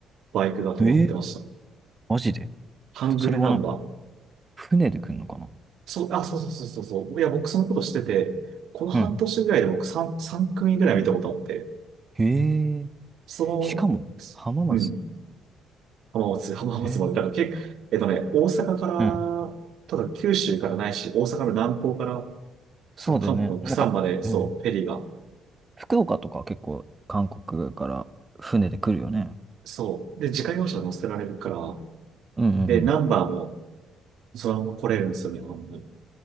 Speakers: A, on the right; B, on the right.
A: バイクが止まってました。
B: うん。ええ、マジで。
A: ハングルナンバー。
B: それはなんか、船で来るのかな
A: そう、あ、そうそうそうそうそう。いや、僕そのことしてて、この半年ぐらいで僕3、
B: うん。
A: 3組ぐらい見たことあって、
B: へえ。
A: そ
B: しかも、浜松。
A: の、うん、浜松、浜松まで、
B: へえ。
A: だから結構、えっとね、大阪から、
B: うん。
A: ただ九州からないし、大阪の南港から、
B: そうだよね。
A: その韓国の釜山まで、
B: なんか、
A: そう、
B: うん。
A: フェリーが
B: 福岡とか結構、韓国から船で来るよね。
A: そう。で、自家用車乗せられるから、
B: うんうん
A: で、ナンバーもそのまま来れるんですよ、日本に。